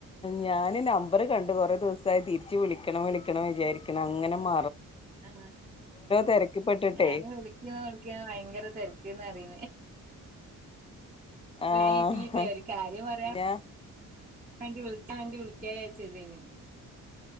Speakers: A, on the left (about 15°); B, on the right (about 20°).
A: ഞാന് നമ്പർ കണ്ട് കൊറെ ദിവസായി തിരിച്ച് വിളിക്കണം വിളിക്കണം വിചാരിക്കണം അങ്ങനെ മ
B: ആ
A: തിരക്കിപ്പെട്ടിട്ടെ
B: ഞാൻ വിളിക്കോ വിളിക്ക ഭയങ്കര തിരക്ക്ന്ന് അറിയ ഇപ്പളെ
A: ആഹ്
B: ചീത്തയാ ഒരു കാര്യം പറയാ
A: ഞാ
B: വണ്ടി വിളിച്ച വണ്ടി വിളിക്ക ചാരിച്ചതേനു